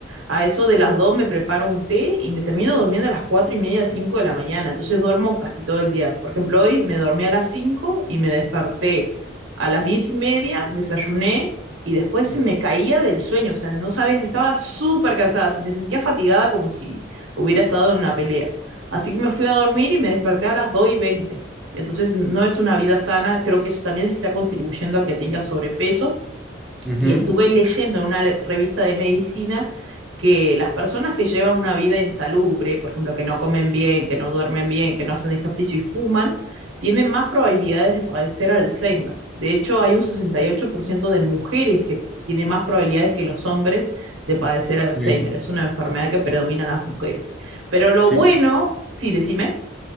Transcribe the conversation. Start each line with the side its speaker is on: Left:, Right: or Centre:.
Right: A eso de las 2 me preparo un té y me termino durmiendo a las 4 y media, 5 de la mañana. Entonces duermo casi todo el día. Por ejemplo, hoy me dormí a las 5 y me desperté a las 10 y media, desayuné y después me caía del sueño. O sea, no sabes, estaba súper cansada, se me sentía fatigada como si hubiera estado en una pelea. Así que me fui a dormir y me desperté a las dos y veinte Entonces no es una vida sana, creo que eso también está contribuyendo a que tengas sobrepeso
Centre: Ujú.
Right: y estuve leyendo en una le- revista de medicina que las personas que llevan una vida insalubre, por ejemplo, que no comen bien, que no duermen bien, que no hacen ejercicio y fuman, tienen más probabilidades de padecer Alzheimer. De hecho, hay un 68% de mujeres que tiene más probabilidades que los hombres de padecer Alzheimer.
Centre: Sí.
Right: Es una enfermedad que predomina en las mujeres. Pero lo
Centre: Sí,
Right: bueno, sí, decime.